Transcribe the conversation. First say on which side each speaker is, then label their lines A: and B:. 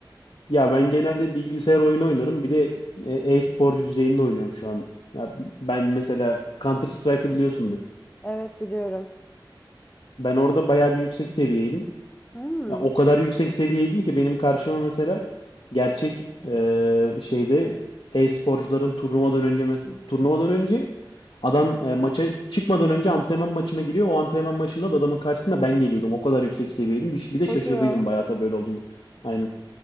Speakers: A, on the left; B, on the left.
A: Ya ben genelde bilgisayar oyunu oynarım. Bir de e, e-sporcu düzeyinde oynuyorum şu an. Ya ben mesela Counter Strike'ı biliyorsundur.
B: Evet biliyorum.
A: Ben orada bayağı bir yüksek seviyeydim.
B: Hmm,
A: Ya o kadar yüksek seviyeydim ki benim karşıma mesela gerçek e, şeyde e-sporcuların turnuvadan önce mes- turnuvadan önce adam e, maça çıkmadan önce antrenman maçına giriyor. O antrenman maçında da adamın karşısında ben geliyordum. O kadar yüksek seviyeydim. Bir, bir de
B: hadi
A: şaşırdıydım
B: ya.
A: bayağı tabii böyle olduğunu. Aynen.